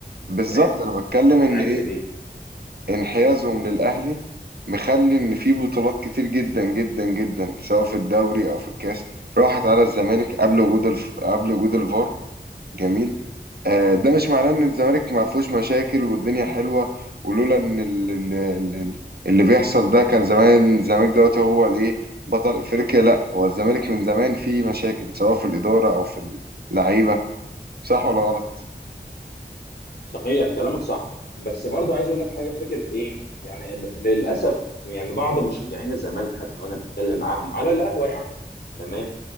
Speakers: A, on the right; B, on the left.
A: بالظبط
B: تمام
A: انا بتكلم
B: انا
A: ان
B: معاك
A: ايه
B: في دي
A: انحيازهم للاهلي مخلي ان في بطولات كتير جدا جدا جدا سواء في الدوري او في الكاس راحت على الزمالك قبل وجود الف... قبل وجود الفار جميل آه، ده مش معناه ان الزمالك ما فيهوش مشاكل والدنيا حلوه ولولا ان ال- ال- ال- ال- اللي بيحصل ده كان زمان الزمالك دلوقتي هو الايه بطل افريقيا لا هو الزمالك من زمان فيه مشاكل سواء في الاداره او في اللعيبه صح ولا غلط
B: صحيح كلامك صح بس برضه عايز اقول لك حاجه فكره ايه يعني ل- للاسف يعني بعض مشجعين الزمالك حتى وانا بتكلم معاهم على القهوه يعني تمام